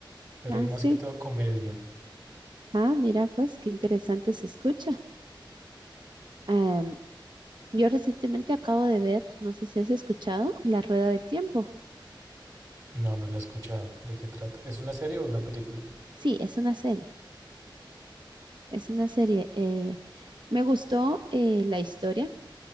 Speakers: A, on the right; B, on the right.
A: pero
B: Ah,
A: es más
B: sí.
A: que todo comedia.
B: Ah, mira, pues qué interesante se escucha. Em, yo recientemente acabo de ver, no sé si has escuchado, La Rueda del Tiempo.
A: No, no la he escuchado. ¿De qué trata? ¿Es una serie o una película?
B: Sí, es una serie, es una serie. eh, me gustó eh, la historia